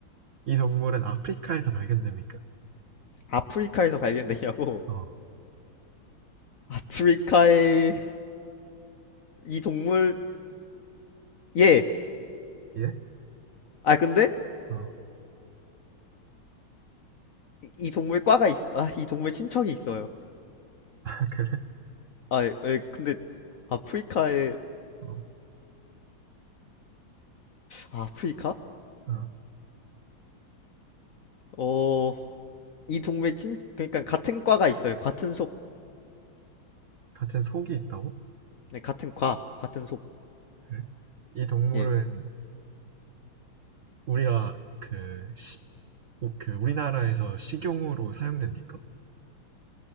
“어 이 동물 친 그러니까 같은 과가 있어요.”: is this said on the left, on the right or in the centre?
Left